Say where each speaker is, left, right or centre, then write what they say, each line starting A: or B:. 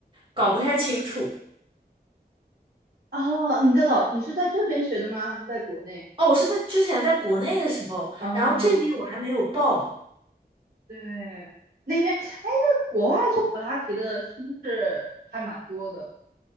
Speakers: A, on the right; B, on the right.
A: 搞不太清楚。
B: 哦，你的老，你是在这边学的吗？还是在国内？
A: 哦，我是在之前在国内的时候，
B: 哦，
A: 然后这边我还没有报。
B: 对，那边，哎，那国外做普拉提的是不是还蛮多的？